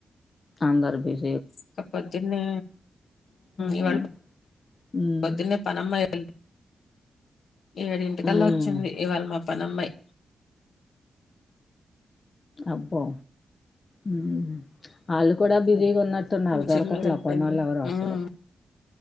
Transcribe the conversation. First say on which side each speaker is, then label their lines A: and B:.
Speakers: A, on the left (about 35°); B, on the left (about 75°).
A: అందరు బిజి
B: ఇకా పొద్దున్నే
A: ఏమండి
B: ఇవాళ ఉమ్
A: ఉమ్
B: పొద్దున్నే పనిఅమ్మయి ఎదింటికల్ల
A: ఉమ్
B: వచ్చింది ఇవాళ మా పానమ్మయి
A: అబ్బో ఉమ్ వాళ్ళు కూడా బిజీగా
B: అది
A: ఉన్నట్టున్నారు
B: ట్యూషన్
A: దొరకట్లు
B: మీద వెళ్ళిపోయింది
A: పనోల్లో ఎవరు అసలు
B: ఉమ్